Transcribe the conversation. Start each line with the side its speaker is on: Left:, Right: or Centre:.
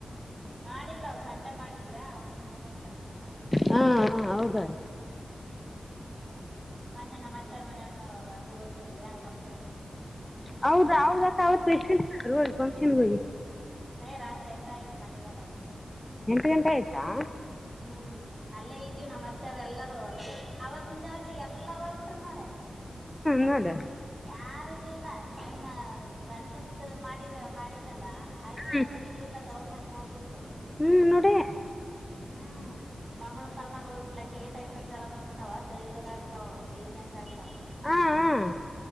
Right: <inaudible> ಮಾಡಿಲ್ಲ ಅವ ಸಂಡೆ ಮಾಡಿದ್ವಾ ಅವತ್ತು ಕಬಾಬ್ ತಂದಿದ್ನಾ
Left: ಹಾ ಹಾ ಹೌದ
Right: ಮನ್ನೇ ನಮ್ಮ ಅತ್ತ್ಯಾರ್ ಮನೆಯಾಗ ಅಲ್ಲಿ ಹೋಗಿದ್ವಿ ಫಂಕ್ಷನ್ ಗೆ
Left: ಹೌದಾ ಹೌದಕ್ಕಾ ಅವತ್ತು ಎಷ್ಟ ಗಂಟೆಗೆ ಬಂದ್ರಿ ಹೋಗಿ ಫಂಕ್ಷನ್ಗೆ ಹೋಗಿ.
Right: ಐಯ್ ರಾತ್ರಿ ಎಂಟಾಯ್ತಿ ಮನೆಗ್ ಬಂದಾಗ
Left: ಎಂಟ ಗಂಟೆ ಆಯ್ತಾ
Right: ಹ್ಮ್ಹೂ. ಅಲ್ಲೇ ಇದ್ದೀವಿ ನಮ್ಮತ್ತ್ಯಾರ ಎಲ್ಲಾರೂ ಅವತ್ತಿಂದ ಅವತ್ ಎಲ್ಲಾರ ಹೋಗ್ಬಿಟ್ರ ನೋಡ.
Left: ನೋಡ.
Right: ಯಾರ ಇರ್ಲಿಲ್ಲ ಆಯಮ್ಮ ಗಂಡಂದ ಮಾಡಿವ ಮಾಡೆತಲ್ಲಾ ಆಕಿನೂ
Left: ಹ್ಮ್
Right: ಇರ್ಲಿಲ್ಲ ತವ್ರ ಮನೆಗ್ ಹೋಗ್ಬಿಟ್ಲು
Left: ಹ್ಮ್ ನೋಡೆ
Right: ಹ್ಮ್, ಮಗಳನ್ ಕರ್ಕೊಂಡ್ ಹೋಗ್ಬಿಟ್ಲ ಅಕ್ಕಿ ಟೈಫೈಡ್ ಜರ ಬಂದ ಬಿಟ್ಟವ್ ತೆಳ್ಳಗ್ಯಾಗಿಬಿಟ್ಟಳ ವೀಕ್ನೆಸ್ ಆಯ್ಬಿಟ್ಟ.
Left: ಹಾ ಹ <unintelligible>